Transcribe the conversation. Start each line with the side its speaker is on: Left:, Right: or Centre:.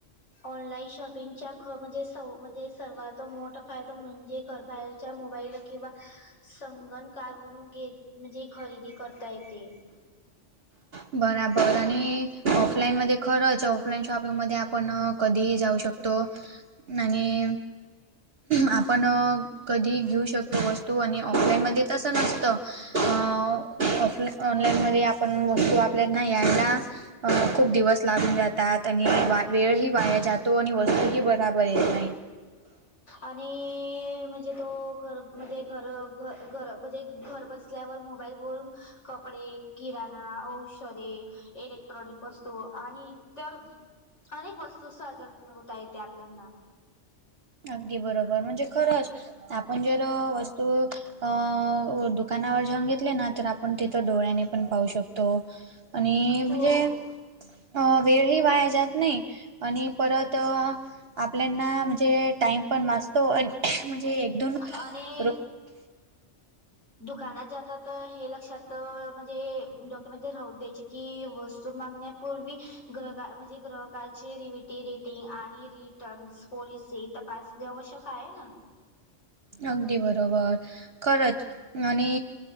Left: ऑनलाईन शॉपिंगच्या ख म्हणजे म्हणजे. सर्वात मोठा फायदा म्हणजे घरबाहेरच्या मोबाईल किंवा, संगण कावणू घेत म्हणजे खरेदी करता. येते
Right: बराबर आणि ऑफलाईन मध्ये खरंच ऑफलाईन शॉपिंग मध्ये आपण कधी जाऊ शकतो आणि आपण कधी घेऊ शकतो वस्तू आणि ऑफलाईन मध्ये तसं नसतं अ ऑफला ऑन ऑनलाईनमध्ये आपण वस्तू आपल्याना यानां खूप दिवस लागून जातात आणि वा वेळही वाया जातो आणि वस्तू ही बराबर येत नाही
Left: आणि म्हणजे तो घर म्हणजे घर घ घर म्हणजे घर बस बसल्यावर मोबाईल वरून कपडे किराणा औषधे इलेक्ट्रॉनिक वस्तू आणि इतर अनेक वस्तू सहज मागवता येते आपल्याना
Right: अगदी बरोबर म्हणजे खरंच आपण जर वस्तू अ दुकानावर जाऊन घेतले ना तर आप आपण तिथं डोळ्यानी पण पाहू शकतो. आणि
Left: हो
Right: म्हणजे अ वेळही वाया जात नाही. आणि परत आपल्याना म्हणजे टाइम पण वाचतो आणि म्हणजे एक दोन
Left: आणि
Right: रु
Left: दुकानात जातात. हे लक्षात म्हणजे डोक्यामध्ये राहूदे की वस्तु मागण्यापूवी ग्रह म्हणजे ग्रहंकाची रीविटी रिटींग आणि री पन्स पॉलिसि इथं पाास आवश्यक आहे. ना
Right: अगदी बरोबर खरंच आणि